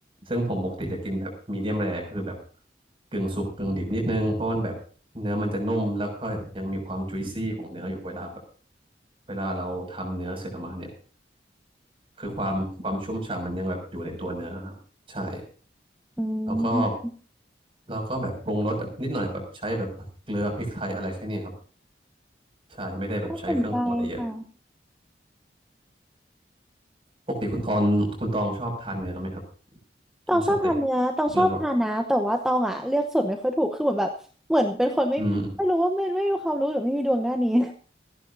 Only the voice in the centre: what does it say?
อื
ม
ก็สนใจค่ะ
ตองชอบทานเนื้อตองชอบทานนะแต่ว่าตองอ่ะเลือกส่วนไม่ค่อยถูกคือเหมือนแบบเหมือนเป็นคนไม่ไม่รู้ว่าไม่ไม่มีความรู้หรือไม่มีดวงด้านนี้
<laughs>